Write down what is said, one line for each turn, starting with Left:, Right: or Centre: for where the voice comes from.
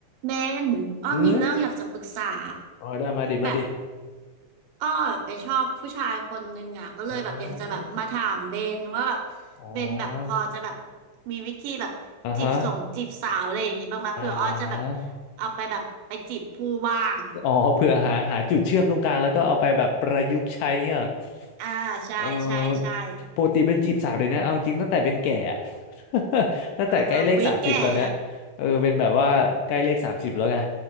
Right: เบนอ้อมีเรื่องอยากจะปรึกษา
Left: อืมอ๋อได้มาดิมาดิ
Right: แบบอ้อแบบไปชอบผู้ชายคนนึงอ่ะก็เลยแบบอยากจะแบบมาถามเบนว่าแบบ
Left: อ้าวอ๋อ
Right: เบนแบบพอจะแบบมีวิธีแบบจีบส่งจีบสาวอะไรอย่างงี้บ้างไหมเผื่ออ้อจะแบบ
Left: เออ่าฮะอ่า
Right: เอาไปแบบไปจีบผู้บ้าง
Left: อ๋อเผื่อหาหาจุดเชื่อมตรงกลางแล้วก็เอาไปแบบประยุกต์ใช้เงี้ยเหรอ
Right: <laughs> อ่าใช่ใช่ใช่
Left: เออปกติเป็นจีบสาวเดี๋ยวนี้เอาจริงตั้งแต่เป็นแก่อะ <laughs> ตั้งแต่ใกล้เลขสามสิบตอนเนี้ย
Right: เออฮะวิแก่อะ
Left: เออเป็นแบบว่าใกล้เลขสามสิบแล้วไง